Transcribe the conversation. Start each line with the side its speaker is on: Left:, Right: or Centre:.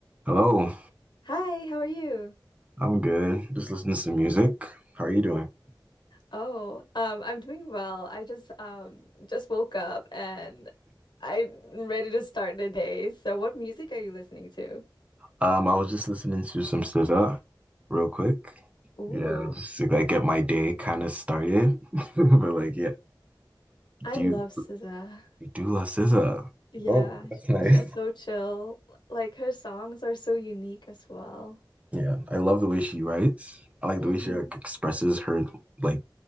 Right: Hello,
Left: Hi, how are you?
Right: I'm good. Just listening to some music. How are you doing?
Left: Oh, um, I'm doing well. I just um just woke up and I'm ready to start the day. So what music are you listening to?
Right: Um, I was just listening to some SZA real quick.
Left: Ooh,
Right: Yeah, just to like get my day kind of started. <laughs> But like, yeah,
Left: I
Right: do
Left: love
Right: you
Left: SZA.
Right: you do love SZA?
Left: Yeah,
Right: Oh, that's nice.
Left: she's so
Right: <laughs>
Left: chill. Like her songs are so unique as well.
Right: Yeah, I love the way she writes. I like
Left: Mm-hmm.
Right: the way she like expresses her like